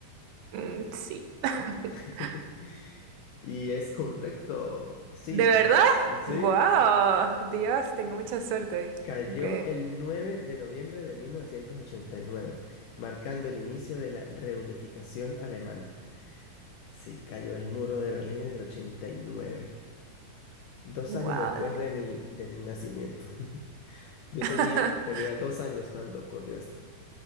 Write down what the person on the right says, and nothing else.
Mm, sí. <laughs>
¿De verdad?
¡Guau! Dios, tengo mucha suerte. hoy.
Ok.
¡Guau!
Dios.
<laughs>